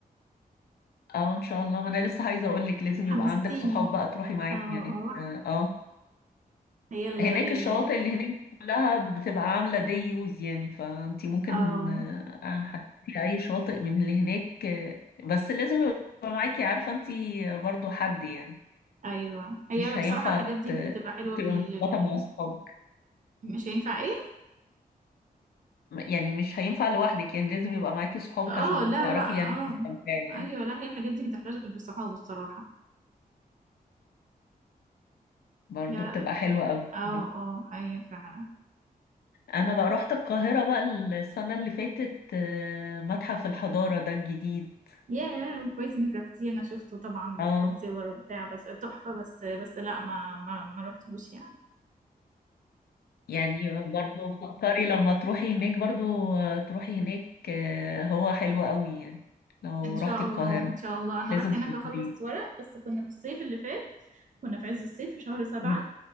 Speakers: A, on the left; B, on the right.
A: اه ان شاء الله ما انا لسه عايزه اقول لك لازم
B: حمستيني
A: يبقى عندك صحاب بقى تروحي معاهم
B: اه آه،
A: يعني اه
B: هي ال
A: هناك
B: ال-
A: الشواطئ اللي هناك كلها بتبقى عامله دي يوز يعني فانت ممكن
B: اه
A: آه، هتروحي اي شاطئ من اللي هناك آه، بس لازم يبقى معاكي عارفه انت برضو حد يعني
B: ايوه هي
A: مش
B: بصراحه
A: هينفع
B: الحاجات دي
A: ت-
B: بتبقى حلوه بال
A: تبقى مرتبطه
B: ب-
A: مع اصحابك
B: مش هينفع ايه
A: يعني مش هينفع لوحدك يعني لازم يبقى معاكي صحابك
B: اه
A: عشان
B: لا
A: تعرفي
B: لا اه
A: يعني تستمتعي يعني.
B: ايوه لا هي الحاجات دي ما تحلاش غير بالصحاب الصراحه
A: برضه
B: يا
A: بتبقى حلوة قوي
B: اه اه
A: بصراحة
B: هي فعلا
A: انا بقى رحت القاهرة بقى السنة اللي فاتت آه، متحف الحضارة ده الجديد
B: يا كويس انك رحتي انا شفته طبعا
A: اه
B: صور وبتاع بس تحفه بس بس لا ما ما, ما رحتوش يعني
A: يعني برضه فكري لما تروحي هناك برضه آه، تروحي هناك آه، هو حلو قوي يعني لو
B: ان شاء
A: رحتي القاهرة
B: الله ان شاء الله انا
A: لازم
B: رحت هناك
A: تزوريه
B: اخلص ورق بس كنا في الصيف اللي فات كنا في عز الصيف في شهر سبعة
A: مم.